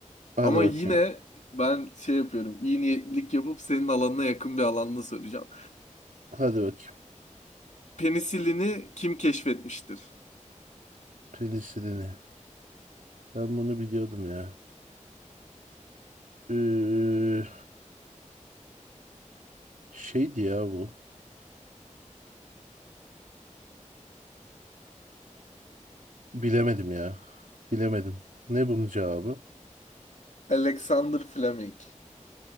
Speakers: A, on the right; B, on the left.
A: Hadi
B: Ama
A: bakayım.
B: yine ben şey yapıyorum. iyi niyetlilik yapıp senin alanına yakın bir alanda soracağım.
A: Hadi bakayım.
B: Penisilini kim keşfetmiştir?
A: Penisilini. Ben bunu biliyordum ya. Ee, şeydi ya bu. Bilemedim ya. Bilemedim. Ne bunun cevabı?
B: Alexander Fleming.